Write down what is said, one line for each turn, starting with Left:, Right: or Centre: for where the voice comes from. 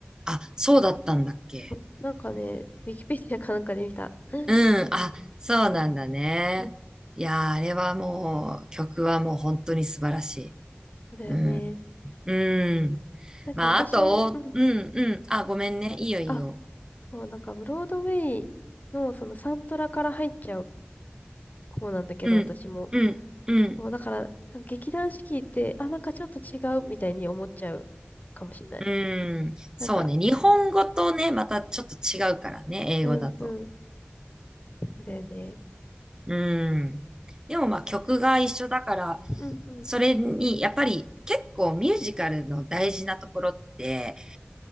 Right: あ、そうだったんだっけ。
Left: うんなんかね、ウィキペディアかなんかで見た。うん
Right: うん、あ、そうなんだね。
Left: うん
Right: いやー、あれはもう、曲はもう本当に素晴らし
Left: そうだよね。
Right: い。うん、うん。
Left: なんか私も、
Right: まあ、あと、
Left: うんうん。
Right: うん、うん、あ、ごめんね。いいよ、いいよ。
Left: あ、そう、なんかブロードウェイのそのサントラから入っちゃう方なんだけど、
Right: うん、
Left: 私も。
Right: うん、うん、
Left: そう、だから、なんか劇団四季って、あ、なんかちょっと違うみたいに思っちゃうかもしれない。
Right: うん。そうね。
Left: なんか、
Right: 日本語とね、またちょっと違うからね、英語だと。
Left: うんうん。そうだよね。
Right: うん。でもまあ曲が一緒だから、
Left: うんうん。
Right: それにやっぱり結構ミュージカルの大事なところって、